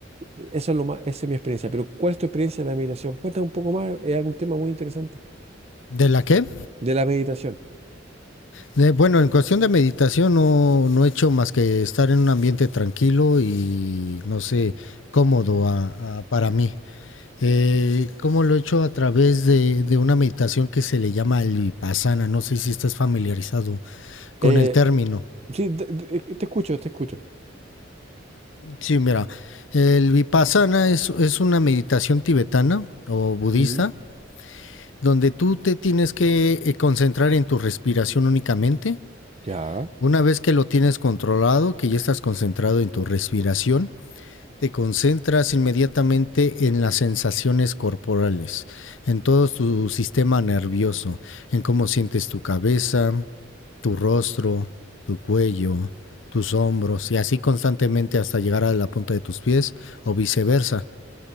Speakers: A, on the right (about 35°); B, on the left (about 80°).
A: Eso es lo más, esa es mi experiencia, pero ¿cuál es tu experiencia de la meditación? Cuéntame un poco más, es algún tema muy interesante
B: ¿De la qué?
A: de la meditación.
B: De- bueno, en cuestión de meditación no, no he hecho más que estar en un ambiente tranquilo y, no sé, cómodo a- a- para mí. Eh, ¿cómo lo he hecho? A través de, de una meditación que se le llama el vipassana. No sé si estás familiarizado con
A: Eh,
B: el término.
A: sí, d- d- eh, te escucho, te escucho.
B: Sí, mira, el vipassana es, es una meditación tibetana o budista
A: Mm,
B: donde tú te tienes que eh, concentrar en tu respiración únicamente
A: ya.
B: Una vez que lo tienes controlado, que ya estás concentrado en tu respiración, te concentras inmediatamente en las sensaciones corporales, en todo tu sistema nervioso, en cómo sientes tu cabeza, tu rostro, tu cuello, tus hombros y así constantemente hasta llegar a la punta de tus pies o viceversa.